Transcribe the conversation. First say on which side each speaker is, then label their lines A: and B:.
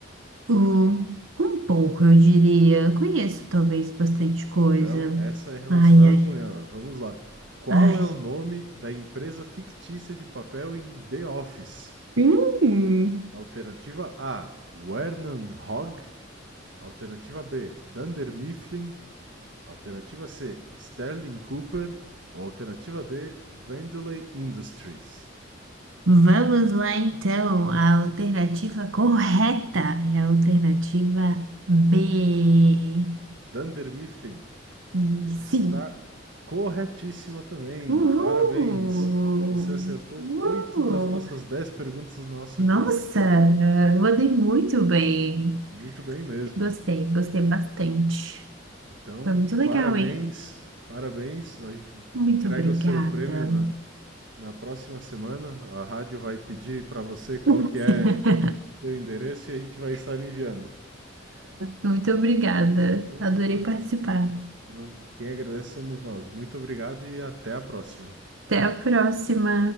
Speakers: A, on the right; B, on the right.
A: Uh, um pouco, eu diria. Conheço talvez bastante coisa.
B: Então, essa é relacionada
A: Ai, ai,
B: com ela. Vamos lá. Qual
A: ai.
B: é o nome da empresa fictícia de papel em The Office?
A: Hum,
B: Alternativa A: Wernan Hogg. Alternativa B: Dunder Mifflin. Alternativa C: Sterling Cooper. Ou alternativa D: Vandalay Industries.
A: vamos lá então. A alternativa correta é a alternativa B.
B: Dunder Mifflin
A: E
B: está
A: sim.
B: corretíssima também.
A: Uhul!
B: Parabéns! Você acertou
A: Uhul!
B: 8 das nossas 10 perguntas do nosso
A: Nossa,
B: quiz.
A: eu andei muito bem.
B: Muito bem mesmo.
A: Gostei, gostei bastante.
B: Então,
A: Foi muito legal,
B: parabéns,
A: hein?
B: parabéns. A gente
A: Muito
B: entrega
A: obrigada.
B: o seu prêmio na, na próxima semana. A rádio vai pedir para você qual
A: <laughs>
B: que é o seu endereço e a gente vai estar enviando.
A: Muito obrigada.
B: Bom,
A: Adorei
B: a-
A: participar.
B: a, quem agradece somos nós. Muito obrigado e até a próxima.
A: Até a próxima.